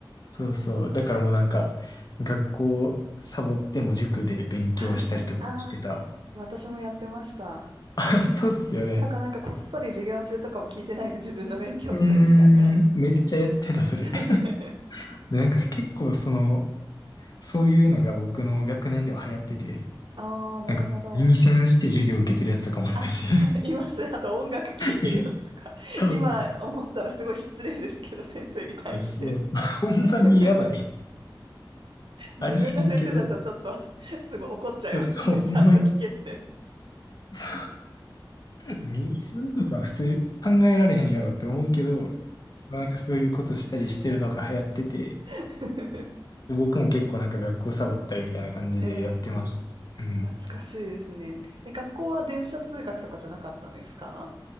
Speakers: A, on the left; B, on the right.
A: そうそう。だからもうなんか、学校サボっても塾で勉強したりとかもしてた。
B: <laughs> はいはい。ああ、私もやってました。
A: <laughs> そうっすよね。
B: とか、なんか、こっそり授業中とかも聞いてないで自分の勉強するみたいな。
A: うーん、めっちゃやってた、それ。
B: <laughs>
A: <laughs> で、なんか結構その、そういうのが僕の学年では流行ってて、
B: ああ、なるほど。
A: なんか耳栓して授業受けてるやつとかもあったし。
B: あ、<laughs> はい、いましたね。あと、音楽聴いてるやつとか。
A: <laughs> そうそ
B: 今思ったらすごい失礼ですけど、先生に対して。
A: う。そうそう。ほんまにやばい。
B: <laughs> 自分が先生だったらちょっとすぐ怒っちゃいますね。
A: ありえへんけど、いや、そう、ほんまに。
B: ちゃんと聞けって。
A: <laughs> そう。耳栓とか普通考えられへんやろって思うけど、なんかそういうことしたりしてるのが流行ってて、
B: <laughs>
A: で僕も結構なんか学校サボったりみたいな感じでやってました。
B: えー、
A: うん。
B: 懐かしいですね。え、学校は電車通学とかじゃなかったんですか